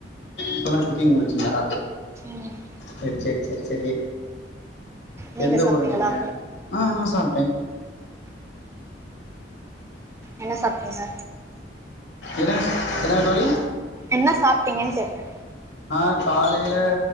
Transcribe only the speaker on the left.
இப்ப தா குக்கிங் முடிச்சீங்களா
செரி செரி செரி செரி
எந்த
ஊரு நீங்க ஆ நா சாப்ட்டே
என்ன என்னா தோழி
ஆ காலையில